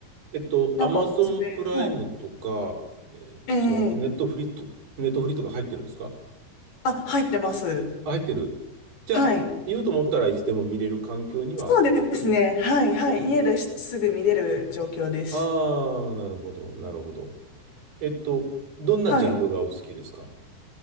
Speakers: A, on the right (about 75°); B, on the left (about 75°).
A: えっと、
B: なんかおすすめ、
A: アマゾンプライムとか、
B: はい。
A: えーその、
B: ええ
A: ネットフリと、ネットフリとか入ってるんですか
B: あ、入ってます。
A: あ、入ってる。じゃあ、
B: はい。
A: 見ようと思ったらいつでも見れる環境にはあるわけ。
B: そうですね。はい、はい。家ですぐ見れる状況です。
A: ああ、なるほど。なるほど。えっと、どんなジャンルがお好きですか
B: はい。